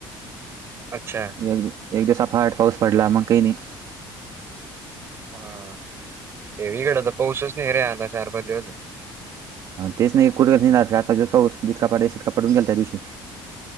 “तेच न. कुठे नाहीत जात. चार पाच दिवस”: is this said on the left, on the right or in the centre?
Right